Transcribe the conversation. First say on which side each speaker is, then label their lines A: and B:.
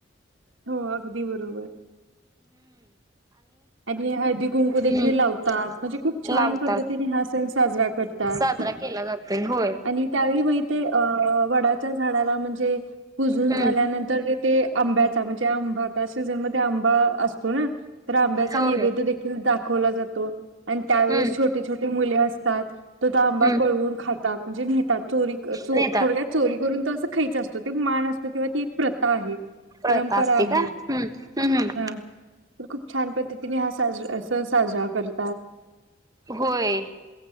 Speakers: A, on the right; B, on the right.
A: हो, अगदी बरोबर. आणि हळदी- कुंकू देखील
B: हम्म
A: लावतात म्हणजे खूप छान
B: लावतात.
A: पद्धतीने हा सण साजरा करतात
B: साजरा केला जातोय होय
A: आणि त्यावेळी माहीत वडाचा - झाडाला म्हणजे- पुजून
B: हम्म
A: झाल्यानंतर ते- ते आंब्याचा म्हणजे आंबाचा सीझनमध्येध्ये आंबा असतो ना तर आंब्याचा-
B: होय
A: नैवैद्य देखील दाखवला जातो, आणि त्यावेळेस
B: हम्म
A: छोटे- छोटे मुले असतात तो त आंबा
B: हम्म
A: पळवून खातात म्हणजे नेतात चोरी क चोरी
B: नेतात
A: थोड्यात चोरी करून त असं - <unintelligible> खायचं असतो ते मान असतो किंवा ती एक प्रथा आहे.
B: वता
A: परंपरा
B: अस असती
A: आहे.
B: का हम्म हम्म हम्
A: हा. तर खूप छान पद्धती तिने हा साज स साजरा करत
B: होय